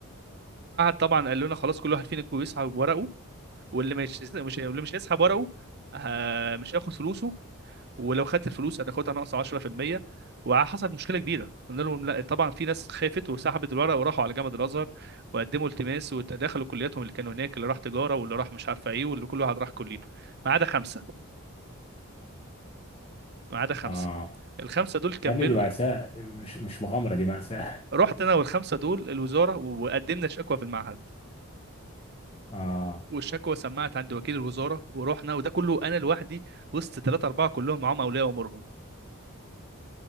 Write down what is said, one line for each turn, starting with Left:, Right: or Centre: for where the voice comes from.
Right: طبعا قال لنا خلاص كل واحد فينا يسحب ورقه واللي مش مش واللي مش هيسحب ورقه آه، مش هياخد فلوسه ولو خدت الفلوس هتاخدها ناقص 10% وحصلت مشكله كبيره قلنا لهم لا طبعا في ناس خافت وسحبت الورق وراحوا على جامعه الازهر وقدموا التماس ودخلوا كلياتهم اللي كانوا هناك اللي راح تجاره واللي راح مش عارفه ايه واللي كل واحد راح كليته ما عدا خمسه ما عدا خمسه
Left: اه
Right: الخمسه دول كملوا
Left: يا ابني دي مأساة مش مش مغامرة دي مأساة
Right: رحت
Left: <laughs>
Right: انا والخمسه دول الوزاره وقدمنا شكوى في المعهد
Left: اه
Right: والشكوى سمعت عند وكيل الوزاره ورحنا وده كله انا لوحدي وسط ثلاثه اربعه كلهم معاهم اولياء امورهم